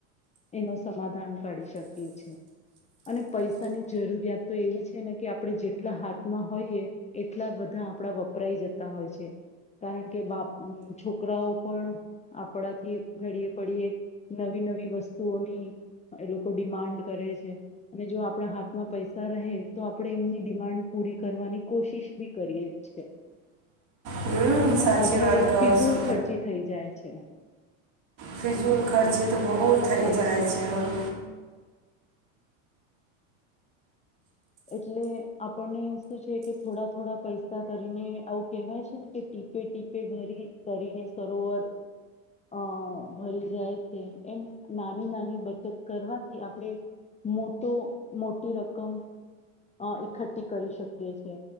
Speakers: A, on the left (about 15°); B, on the right (about 50°).
A: એનો સમાધાન કાઢી શકીએ છે અને પૈસાની જરૂરિયાત તો એવી છે ને કે આપણે જેટલા હાથમાં હોઈએ એટલા બધા આપણા વપરાય જતા હોય છે કારણ કે બાપ અમ છોકરાઓ પણ આપણાથી ઘડીએ પડીએ નવી નવી વસ્તુઓની એ લોકો ડિમાન્ડ કરે છે અને જો આપણા હાથમાં પૈસા રહે તો આપણે એમની ડિમાન્ડ પૂરી કરવાની કોશિશ બી કરીએ છે.
B: હમ
A: તો એમાં
B: સાચી
A: વધારે
B: વાત કહો
A: ફિઝુલ
B: છો
A: ખર્ચી થઈ જાય છે.
B: ફિજૂલ ખર્ચી તો બહુ થઈ જાય છે આવુ
A: એટલે આપણને શું છે કે થોડા થોડા પૈસા કરીને આવું કહેવાય છે ને કે ટીપે ટીપે ભરી કરીને સરોવર અ ભરી જાય છે એમ નાની નાની બચત કરવાથી આપણે મોટો મોટી રકમ અ ઈકઠી કરી શકીએ છે